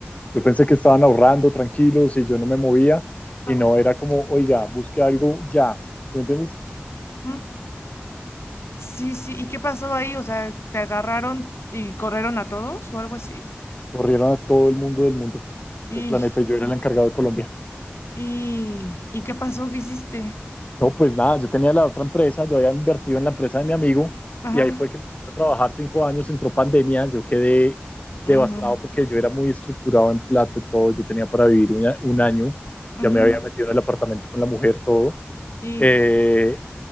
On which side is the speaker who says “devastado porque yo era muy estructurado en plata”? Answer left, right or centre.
Left